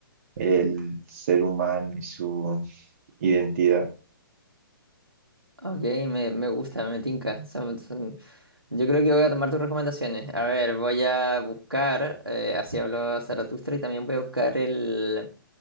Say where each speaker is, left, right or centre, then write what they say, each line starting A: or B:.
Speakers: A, on the right; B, on the right.
A: el ser humano y su identidad.
B: Ok, me, me gusta, me tinca. Son- son- Yo creo que voy a tomar tus recomendaciones. A ver, voy a buscar, eh, así habló Zaratustra, y también voy a buscar el,